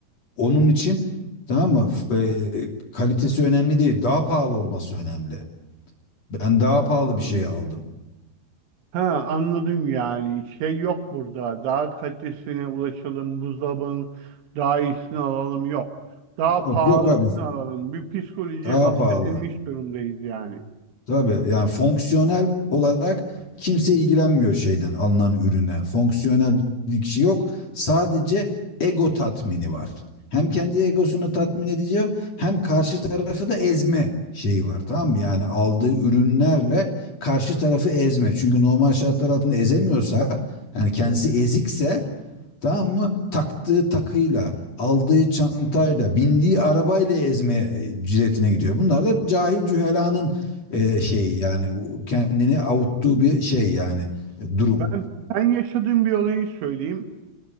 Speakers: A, on the left; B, on the right.
A: Onun için tamam mı? F- e, kalitesi önemli değil. Daha pahalı olması önemli. Ben daha pahalı
B: Hmm.
A: bir şey aldım.
B: Ha anladım yani. Şey yok burada. Daha kalitesine ulaşalım. Buzdolabının daha iyisini alalım yok. Daha
A: Yok
B: pahalısını
A: yok abi
B: alalım. Bir psikolojiye
A: daha
B: hapsedilmiş
A: pahalı.
B: durumdayız yani.
A: Tabii yani fonksiyonel olarak kimse ilgilenmiyor şeyden alınan üründen. Fonksiyonel bir şey yok. Sadece ego tatmini var. Hem kendi egosunu tatmin ediyor hem karşı tarafı da ezme şeyi var tamam mı? Yani aldığı ürünlerle karşı tarafı ezme. Çünkü normal şartlar altında ezemiyorsa yani kendisi ezikse tamam mı? Taktığı takıyla, aldığı çantayla, bindiği arabayla ezmeye ciletine gidiyor. Bunlar da cahil cühelanın e, şey yani kendini avuttuğu bir şey yani e, durum.
B: Ben, ben yaşadığım bir olayı söyleyeyim.